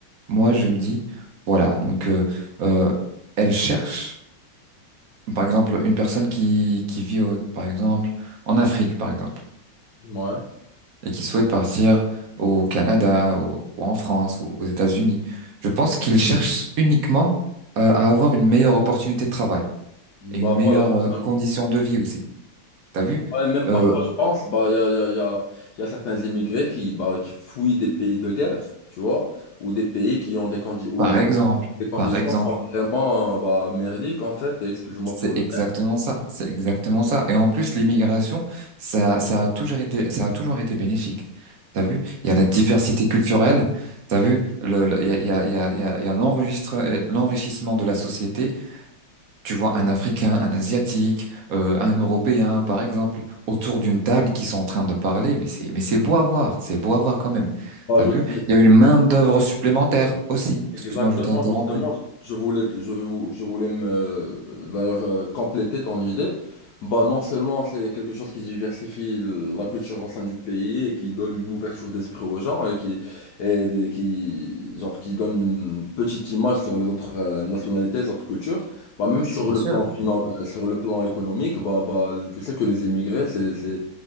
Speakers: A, on the right; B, on the left.
A: Moi, je me dis, voilà, donc euh, euh, elle cherche, par exemple, une personne qui, qui vit, au- par exemple, en Afrique, par exemple,
B: Ouais.
A: et qui souhaite partir au Canada ou, ou en France ou aux États-Unis. Je pense qu'il cherche uniquement euh, à avoir une meilleure opportunité de travail. et
B: Bah
A: une meilleure
B: voilà, justement.
A: euh, condition de vie aussi. T'as vu?
B: Ouais, même
A: Euh,
B: parfois, je pense, bah, il y a, y a- y a- y a certains immigrés qui, bah, qui fuient des pays de guerre, tu vois, ou des pays qui ont des candidats,
A: par exemple,
B: Les conditions
A: par exemple,
B: sont vraiment euh, bah, merdiques en fait. Excuse-moi
A: c'est
B: pour le.
A: exactement ça, c'est exactement ça. Et en plus, l'immigration, ça, ça a toujours été, ça a toujours été bénéfique. T'as vu? Il y a la diversité culturelle. T'as vu? Le, le- il y a, il y a, il y a, il y a il y a l'enregistre- euh, l'enrichissement de la société. Tu vois un Africain, un Asiatique, euh, un Européen, par exemple, autour d'une table qui sont en train de parler, mais c'est, mais c'est beau à voir, c'est beau à voir quand même.
B: Bah,
A: T'as
B: je
A: vu?
B: suis-
A: Il y a
B: je-
A: une main-d'œuvre supplémentaire aussi.
B: Exactement,
A: Excuse-moi, je t'ai interrompu.
B: justement, je voulais, te- je, vou- je voulais me euh, d'ailleurs euh, compléter ton idée. Bah, non seulement c'est quelque chose qui diversifie l- la culture au sein du pays et qui donne une ouverture d'esprit aux gens et qui, et des- qui, genre, qui donne une petite image sur les autres euh, nationalités, les autres cultures. Bah, même sur
A: Bien
B: le
A: sûr.
B: plan finan- euh, sur le plan économique, bah, bah, tu sais que les immigrés, c'est, c'est-